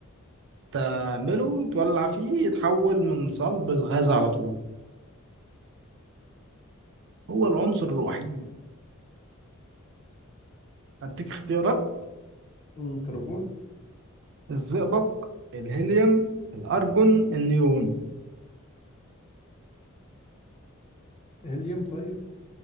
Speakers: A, on the right (about 55°); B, on the left (about 30°).
A: تعمله تولع فيه يتحول من صلب الغاز على طول هو العنصر الوحيد أديك اختيارات
B: أمم، كربون
A: الزئبق الهيليوم الأرجون
B: آه.
A: النيون
B: هيليوم طيب